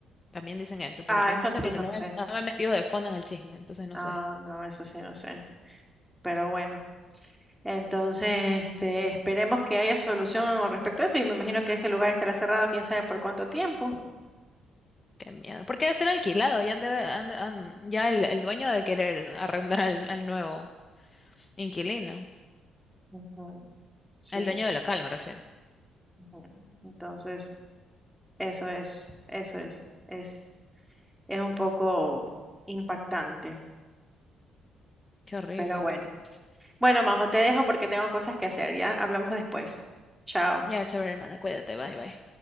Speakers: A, on the left (about 30°); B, in the centre.
A: También dicen eso, pero
B: Ah,
A: yo
B: eso
A: no sé
B: sí
A: porque
B: no
A: no me,
B: sé.
A: no me he metido de fondo en el chisme, entonces no
B: Ah,
A: sé.
B: no, eso sí no sé. Pero bueno. Entonces, este, esperemos que haya solución al respecto a eso y me imagino que ese lugar estará cerrado quién sabe por cuánto tiempo.
A: Qué miedo. Porque debe ser alquilado, ya, han de- han- han- ya el, el dueño de querer arrendar al, al nuevo inquilino.
B: Ujú, Sí.
A: El dueño del local, me refiero.
B: ujú. Entonces, eso es, eso es, es, es un poco impactante,
A: Qué horrible,
B: pero bueno.
A: loco.
B: Bueno, Majo, te dejo porque tengo cosas que hacer, ya hablamos después. Chao.
A: Ya, chévere, hermana, cuídate, bye, bye.